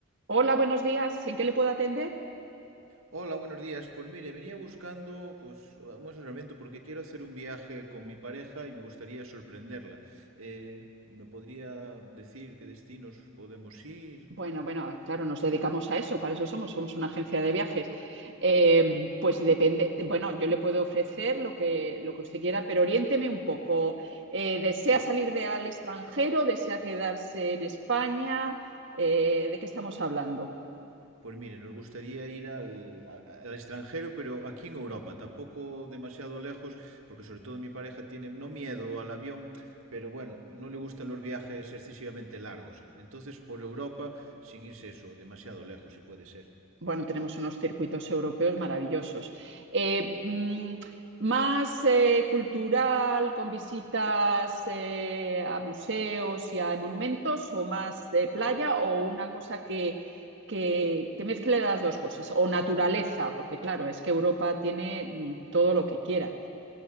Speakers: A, on the right; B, on the right.
A: Hola, buenos días. ¿En qué le puedo atender?
B: Hola, buenos días. Pues mire, venía buscando pues un asesoramiento porque quiero hacer un viaje con mi pareja y me gustaría sorprenderla. Eh, ¿me podría decir qué destinos podemos ir?
A: Bueno, bueno, claro, nos dedicamos a eso, para eso somos, somos una agencia de viajes. Eh, pues depende, bueno, yo le puedo ofrecer lo que, lo que usted quiera, pero oriénteme un poco. Eh, ¿desea salir de, al extranjero? ¿Desea quedarse en España? Eh, ¿de qué estamos hablando?
B: Pues mire, nos gustaría ir al, a- al extranjero, pero aquí en Europa, tampoco demasiado lejos, porque sobre todo mi pareja tiene no miedo al avión, pero bueno, no le gustan los viajes excesivamente largos. Entonces, por Europa, sin irse eso, demasiado lejos, si puede ser.
A: bueno, tenemos unos circuitos europeos maravillosos. Eh, mm, más eh, cultural, con visitas eh, a museos y a monumentos, o más de playa, o una cosa que, que, que, mezcle las dos cosas, o naturaleza, porque claro, es que Europa tiene mm, todo lo que quiera.